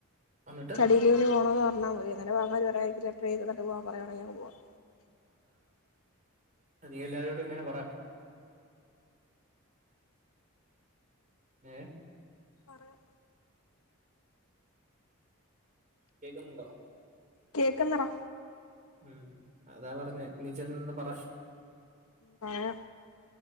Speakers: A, on the right; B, on the left.
A: വന്നിട്ട്
B: ചടിയിലേന്ന് പോണോന്ന് പറഞ്ഞാൽ മതിയ അന്നേരം <unintelligible> പറയായിരിക്കില്ല ട്രേ തന്നിട്ട് പോവാൻ പറയാണെങ്കിൽ അങ്ങ് പോവാം
A: അ നീ എല്ലാരോടും ഇങ്ങനെ പറ ഏ
B: പറയാം
A: കേക്കുന്നുണ്ടോ
B: കേക്കുന്നറാ
A: ഉം അതാ പറഞ്ഞേ നീചെന്നൊന്ന് പറ
B: പറയാം